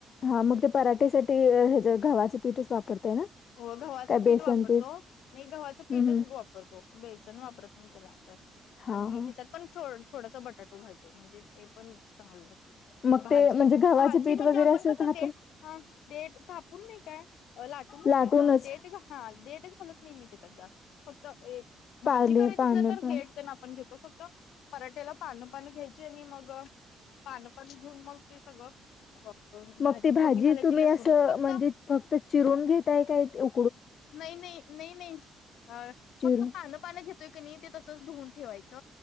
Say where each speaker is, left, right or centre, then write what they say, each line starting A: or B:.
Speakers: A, on the left (about 55°); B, on the left (about 80°).
A: हा मग ते पराठेसाठी हेज्या गव्हाचे पीठच वापरतय ना?
B: हो गव्हाचं
A: काय
B: पीठ
A: बेसन
B: वापरतो नाही गव्हाचं पीठच
A: हम्म हम्म
B: वाप करतो बेसन वापरत नाही त्याला आतास.
A: हा
B: आणि
A: हा
B: त्याच्यात पण थोड थोडासा बटाटो घालतो म्हणजे ते पण चांगलं लागतो.
A: मग
B: भाजी
A: ते म्हणजे गव्हाचं
B: भाजी
A: पीठ
B: म्हणजे
A: वगैरे
B: आपण
A: असेल
B: कसं
A: तर आपण
B: डेट हा डेट थापून नाही काय लाटूनच
A: लाटूनच
B: किदा डेट घा हा डेटच घालत नाही मी तेच्यात जास्त. फक्त एक भाजी
A: पाले
B: करायचं
A: पान
B: असल्या तर
A: पण
B: ब्रेडतेन आपण घेतो फक्त पराठ्याला पानं पानं घ्यायची आणि मग पानं पानं घेऊन मग ते सगळं अ भाजी
A: मग ती
B: फोडणी घालायची
A: तुम्ही
B: लसूण
A: असं
B: फक्त.
A: म्हणजे फक्त चिरून घेताय काय उ
B: नाही नाही नाही नाही हा
A: चिरून
B: फक्त पानं पानं घेत तोय क नी तसं धूवून ठेवायच